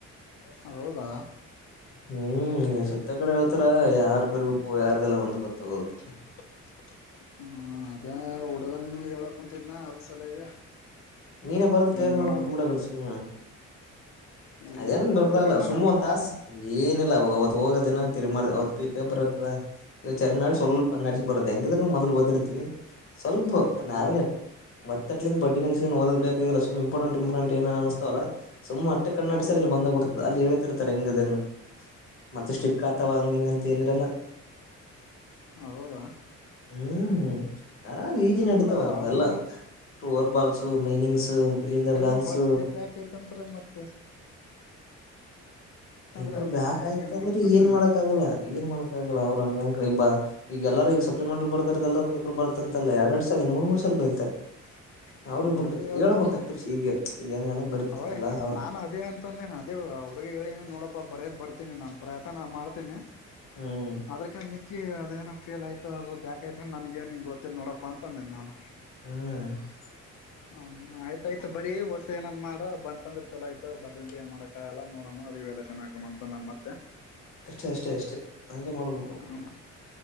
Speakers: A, on the left (about 65°); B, on the left (about 45°).
A: ಹೌದಾ.
B: ಹ್ಮ್
A: ನ
B: ಸುತ್ತ ಕಡೆ ಹೇಳ್ತಾರ
A: ಹತ್ತ
B: ಯಾರ್
A: <unintelligible>
B: ಬರ್ಬೇಕು ಯಾರ್ದೆಲ್ಲ ಒಂದ್ ಗೊತ್ತಾಗಲ್ದು
A: ಹ್ಮ್ ಅದೇ ಹುಡುಗನ್ ಹೇಳಕ್ ಕುಂತಿದ್ನ ಅದ ಸಲಗೆ.
B: ನೀನೇ ಬರದು ಕ್ಲಿಯರ್
A: ನೋಡಮ್ಮ
B: ಮಾಡ್ಕೊಟ್ಬುಡು ಸುಮ್ನೆ.
A: ಇಲ್ಲ
B: ಅದೇನ್
A: ಓದ್ಬೇಕಲ್ಲಣ್ಣ
B: ದೊಡ್ಡದಾಗಲ್ಲ ಸುಮ್ನೆ
A: ನಾನ
B: ಒಂದ ತಾಸ್ ಏನಿಲ್ಲಾಗ ಅವತ್ ಹೋಗ ದಿನ ತಿರ್ ಮಾರ್ ಅವ ನಿದ್ದೆ ಬರತದ ಚನ್ ಮಾಡಿ
A: ಹ
B: ಸ್ವಲ್ಪ
A: ಹಾ
B: ನಡೆಸಿ ಬರದ್ ಹೆಂಗಿದ್ರ ನ ಮೊದಲ್ ಓದಿರ್ತಿವಿ. ಸ್ವಲ್ಪ
A: ಅದು
B: ನಾವೇ ಒತ್ತಟ್ಲಿಂದ ಬಡ್ಡಿ ಗಣ ಓದ ಬೇಕಾಗಿಲ್ಲ ಸು ಇಂಪಾರ್ಟೆಂ ಇಂಪಾರ್ಟಂಟ್ ಏ ಅನ್ಸ್ತವಲ್ಲ ಸುಮ್ಮ ಅಟ್ಟೆ ಕಣ್
A: ಹ ಹಾ
B: ಸರ್ಲ್ಲಿ ಬಂದ ಬಿಡುತ್ತಾ ಅಲ್ಲಿ ಹೇಳ. ರ್ತಾರೆ ಹೆಂಗನ ಮತ್ತೆ ಸ್ಟಿಕ್ಕ ಅತವಾ ಹಂಗ ಹಿಂಗ ಅಂತ ಏನಿರಲ್ಲ.
A: ಹೌದಾ
B: ಹ್ಮ್ ಅರಾಮ ಈಜಿ ನಡಿತವ
A: ಇಲ್ಲ ಅದು
B: ಎಲ್ಲ್ ಟೋರ ಬಾಲ್ಸ್ ಮೀನಿಂಗ್ಸ್ ಪಿಲಿಂದ
A: <unintelligible>
B: ಬ್ಲಾಂಕ್ಸ್
A: ಬರ್ತಿ ಬ್ಯಾಕೈತಂತರಿ ಮತ್ತೆ
B: ಪೇಪರ್
A: ಅಂದ್ರೆ ಅದ
B: ಬ್ಯಾಕ್ ಆಯ್ತ
A: ಏನ್ ಮಾಡ್ಬೇಕಂತ
B: ಅಂದ್ರ ಏನ್ ಮಾಡಕ್ ಆಗಲ್ಲ ಏನ್ ಮಾಡಕ್ ಆಗಲ್ಲ ಅವ್ರ ಹಂಗನ್ಕಬಾ ಈಗ ಎಲ್ಲಾರ ಈಗ ಸಪ್ಲಿಮೆಂಟಿ ಬರ್ದಾರದೆಲ್ಲ ಪೇಪರ್ ಬರುತ್ತಂತ ಅಲ್ಲ ಎರಡ ಎರಡ ಸಲಿ ಮೂರ್ ಮೂರ್ ಸಾಲಿ ಬರಿತ್ತಾರ
A: ಹ್ಮ
B: ಅವ್ರಿಗ್ ಬುಟ್ಟುದ್
A: ಅದೇ ಹೇಳಕ್ಂತನ
B: ಹೇಳ್ಬೇಕ ಕ್ತರ್ಸಿ ಹೀಗೆ ಈಗ ಹೆಂಗಂದ್ರ ಬರಿತಿರ್ತಲ್ಲ
A: ಅವಾಗ
B: ಹ್
A: ನಾನು ಅದೇ ತಂದ ಅಂದೆ ನಾ ಅದೇ ನಾ ಹ್ ಹುಡುಗಗ್ ಹೇಳಿನಿ ನೋಡಪ್ಪ ಬರೇದ ಬರ್ತೀನಿ ನನ್ನ ಪ್ರಯತ್ನ ನಾ ಮಾಡ್ತೀನಿ
B: ಹ್ಮ್
A: ಅದ್ರಕ್ಕಿನ ಮಿ ಕಿ ಅದೇನ ಫೇಲಾಯ್ತು ಅದು ಬಾಕ್ಯತ ನನಗೇನ ಗೊತ್ತಿಲ್ಲ ನೋಡಪ್ಪ ಅಂದಿನ ನಾನು
B: ಹ್ಮ
A: ಹ್ಮ ಆಯ್ತ ಆಯ್ತ ಬರಿ ಒಟ್ಟ ಏನನ್ ಮಾಡ ಬಂತಂದ್ರ ಚಲೋ ಆಯ್ತ ಬರ್ಲಿಂದ ಅಂದ್ರ ಏನ್ ಮಾಡಕ್ ಕಾಗಲ್ಲ ನೋಡಮ್ಮ ರಿವ್ಯಾಲ್ಯೂಯೇಷನ್ ಹಾಕಮ್ಮ ಅಂತ ಅಂದನ ಮತ್ತೆ
B: ಅಷ್ಟೇ ಅಷ್ಟೇ ಅಷ್ಟೇ ಹಂಗೆ ಮಾಡ್ಬೇಕು
A: ಹ್